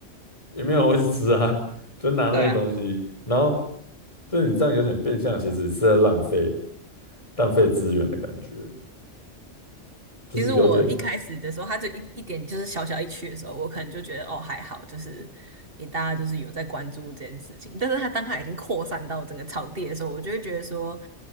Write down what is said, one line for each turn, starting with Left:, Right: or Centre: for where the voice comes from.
Left: 也没有人会去吃啊，<laughs> 就拿那些东西，
Right: 对啊。
Left: 然后就你这样有点变相，其实是在浪费浪费资源的感觉，就是有点
Right: 其实我一开始的时候，他就一一点就是小小一区的时候，我可能就觉得哦还好，就是也大家就是有在关注这件事情。但是他当他已经扩散到整个草地的时候，我就会觉得说，